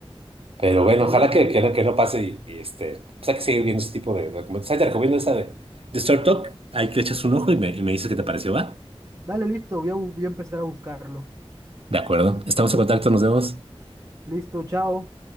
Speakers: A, on the right (about 65°); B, on the right (about 30°).
A: Pero bueno,
B: Pero
A: ojalá
B: bueno,
A: que, que no, que no pase y, y, este, pues hay que seguir viendo ese tipo de documentos. Ahí te recomiendo esa de, de Short Talk. Ahí le echas un ojo y me, y me dices qué te pareció, ¿va?
B: dale, listo, voy a bu- voy a empezar a buscarlo.
A: De acuerdo. Estamos en contacto, nos vemos.
B: Listo, chao.